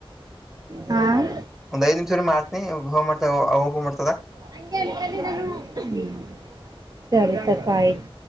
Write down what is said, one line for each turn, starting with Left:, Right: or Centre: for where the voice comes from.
Right: ಹಾಂ
Centre: ಒಂದ್ ಐದ್ ನಿಮಿಷ್ರ ಮಾರ್ತನಿ ಹ ಮಾಡ್ತ ಅವ್ವ ಮಾಡ್ತದ
Right: ಹಂಗೆ ಅನ್ನ ದಿ ಸರಿ ಕಪ್ಪ ಆಯ್ತು